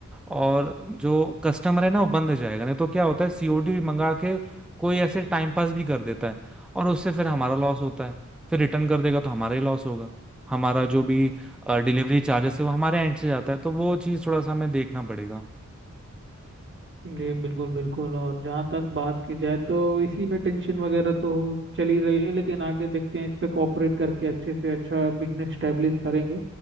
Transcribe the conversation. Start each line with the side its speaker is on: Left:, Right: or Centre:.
Centre: और जो कस्टमर है ना वो बंद हो जाएगा नहीं तो क्या होता है सीओडी मंगा के कोई ऐसे टाइम पास भी कर देता है और उससे फिर हमारा लॉस होता है फिर रिटर्न कर देगा तो हमारा ही लॉस होगा हमारा जो भी डिलीवरी चार्जेस है वो हमारे एंड से जाता है तो वो चीज़ थोड़ा सा हमें देखना पड़ेगा
Right: जी बिल्कुल बिल्कुल और जहाँ तक बात की जाए तो इसी में टेंशन वगैरह तो चल ही रही है लेकिन आगे देखते हैं इस पे कोऑपरेट करके अच्छे से अच्छा बिजनेस स्टैब्लिश करेंगे